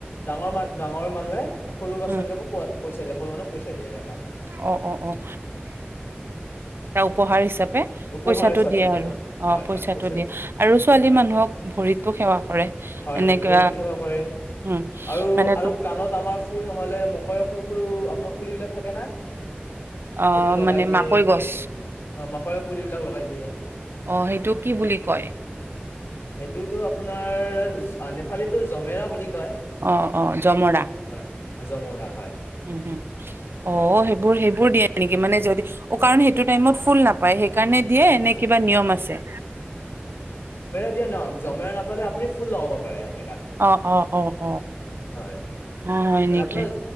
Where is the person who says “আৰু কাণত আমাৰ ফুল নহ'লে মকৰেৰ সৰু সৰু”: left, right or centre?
Left